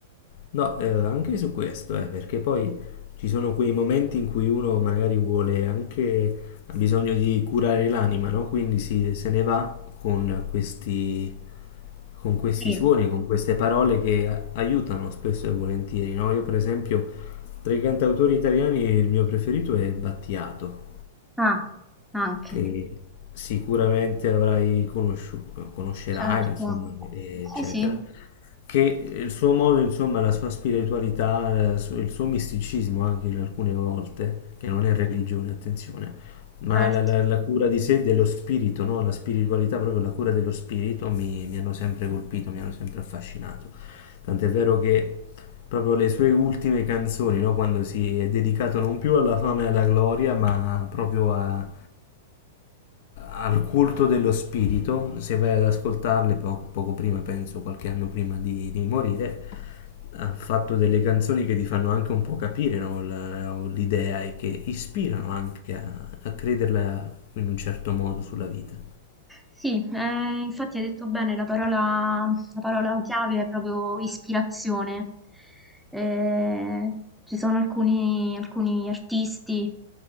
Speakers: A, on the left (about 55°); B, in the centre.
A: No, eh, anche su questo, eh, perché poi ci sono quei momenti in cui uno magari vuole anche, ha bisogno di curare l'anima, no? Quindi si, se ne va con questi, con questi
B: Sì.
A: suoni, con queste parole che a- aiutano spesso e volentieri, no? Io per esempio, tra i cantautori italiani il mio preferito è Battiato.
B: Ah, anche.
A: che sicuramente avrai conosciuto, conoscerai,
B: Certo.
A: insomma, eccetera,
B: Sì, sì,
A: che il suo modo, insomma, la sua spiritualità, la su- il suo misticismo anche in alcune volte, che non è religione, attenzione, ma
B: certo.
A: la, la- la cura di sé, dello spirito, no? La spiritualità, proprio la cura dello spirito mi, mi hanno sempre colpito, mi hanno sempre affascinato. Tant'è vero che proprio le sue ultime canzoni, no? Quando si è dedicato non più alla fama e alla gloria, ma proprio a- al culto dello spirito, se vai ad ascoltarle po- poco prima, penso qualche anno prima di, di morire, ha fatto delle canzoni che ti fanno anche un po' capire no, la- l'idea e che ispirano anche a, a crederla in un certo modo sulla vita.
B: Sì, eh, infatti hai detto bene, la parola, la parola chiave è proprio ispirazione. Eh, ci sono alcuni, alcuni artisti